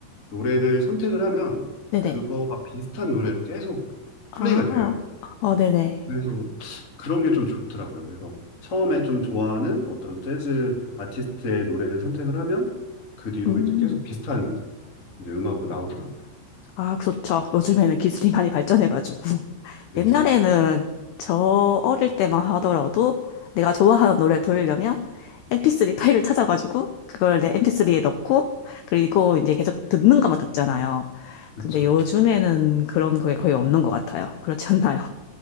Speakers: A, on the left; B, on the left.
A: 노래를 선택을 하면
B: 네네.
A: 그거와 비슷한 노래로 계속
B: 아,
A: 플레이가 돼요.
B: 어 네네.
A: 그래서 그런 게 좀 좋더라고요. 그래서 처음에 좀 좋아하는 어떤 재즈 아티스트의 노래를 선택을 하면 그 뒤로
B: 음.
A: 이제 계속 비슷한 이제 음악으로 나오더라고요.
B: 아, 그렇죠. 요즘에는 기술이 많이 발전해가지고. <laughs>
A: 네,
B: 옛날에는
A: 네.
B: 저 어릴 때만 하더라도 내가 좋아하는 노래 들으려면 MP3 파일을 찾아가지고 그걸 내 MP3에 넣고 그리고 이제 계속 듣는 것만 듣잖아요.
A: 그쵸.
B: 근데 요즘에는 그런 게 거의 없는 것 같아요. 그렇지 않나요?